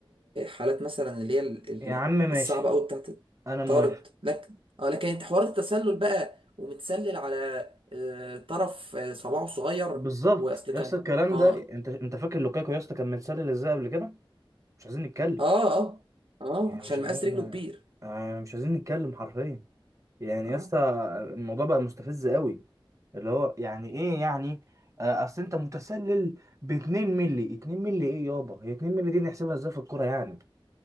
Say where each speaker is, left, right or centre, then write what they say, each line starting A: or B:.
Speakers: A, on the right; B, on the right.
A: حالات مثلا اللي هي ال- ال-
B: يا عم ماشي
A: الصعبه قوي بتاعت
B: انا موافق
A: طارد لكن اه لكن انت حوارات التسلل بقى ومتسلل على آه، طرف آه، صباعه صغير
B: بالظبط
A: واصل
B: يا
A: كان
B: اسطى الكلام
A: اه
B: ده انت انت فاكر لوكاكو يا اسطى كان متسلل ازاي قبل كده مش عايزين نتكلم
A: اه اه اه
B: يعني
A: عشان
B: مش عايزين
A: مقاس رجله كبير
B: يعني مش عايزين نتكلم حرفيا يعني
A: اه
B: يا اسطى الموضوع بقى مستفز قوي اللي هو يعني ايه يعني آه، اصل انت متسلل ب 2 مللي 2 مللي ايه يابا هي 2 مللي دي نحسبها ازاي في الكوره يعني